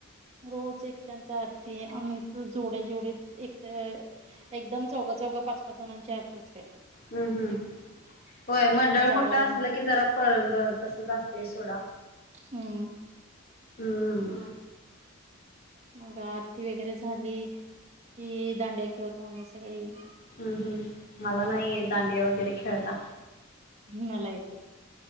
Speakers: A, on the right; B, on the left.
A: रोज एकट्यांचा आरती आम्ही जोड्या जेवढ्या एकट एकदम चौ गा पाच पाच जणांची आरती असत्या.
B: हम्म हम्म. होय मंडळ
A: आम्हा जावा
B: मोठ
A: जावांची
B: असलं की, जरा प म तसच असतय सोडा.
A: हम्म.
B: हम्म.
A: मग मग आरती वगैरे झाली कि दांड्या खेळतो आम्ही सगळी.
B: हम्म हम्म मला नाही दांडिया वगैरे खेळता.
A: मला येतंय.